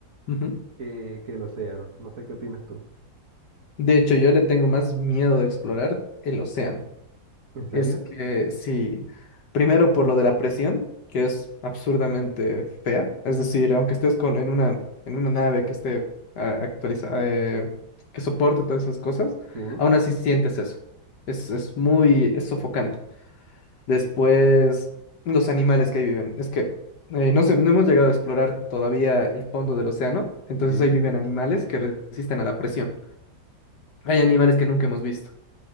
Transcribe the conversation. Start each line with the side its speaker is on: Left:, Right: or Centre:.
Left: Ujú.
Right: que, que el océano. No sé qué opinas tú.
Left: De hecho, yo le tengo más miedo de explorar el océano.
Right: ¿En serio?
Left: Es que sí, primero por lo de la presión, que es absurdamente fea. Es decir, aunque estés con, en una, en una nave que esté actualizada, que soporte todas esas cosas,
Right: Sí,
Left: aún así sientes eso. Es, es muy, es sofocante. Después, los animales que ahí viven. Es que eh, no sé, no hemos llegado a explorar todavía el fondo del océano, entonces
Right: sí.
Left: ahí viven animales que resisten a la presión. Hay animales que nunca hemos visto.